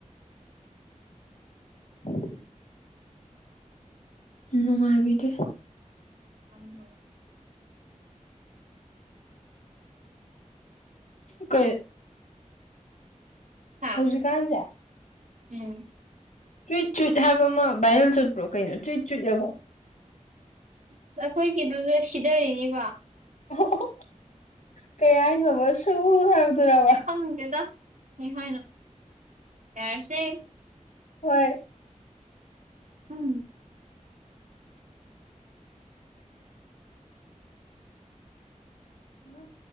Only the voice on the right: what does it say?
<unintelligible>
ꯍꯥ
ꯎꯝ
ꯑꯁ ꯑꯩꯈꯣꯏꯒꯤꯗꯨꯗ ꯁꯤꯊꯔꯤꯅꯤꯕ
ꯐꯪꯗꯦꯗ ꯀ ꯍꯥꯏꯅꯣ ꯌꯥꯔꯁꯦ
ꯎꯝ